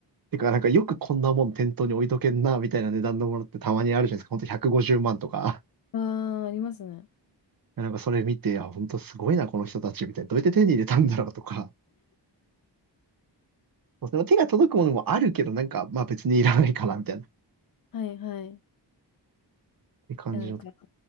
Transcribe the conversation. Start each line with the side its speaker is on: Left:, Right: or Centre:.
Right: てか、なんかよくこんなもん店頭に置いとけんな、みたいな値段のものってたまにあるじゃないですか。ほんと150万とか。
Left: ああ、ありますね。
Right: なんかそれ見て、あ、ほんとすごいな、この人たち、みたいな。どうやって手に入れたんだろうとか。そうですね手が届くものもあるけど、なんか、まあ別にいらないかな、みたいな。っ
Left: はい、はい。
Right: て感じの。
Left: え、なんか、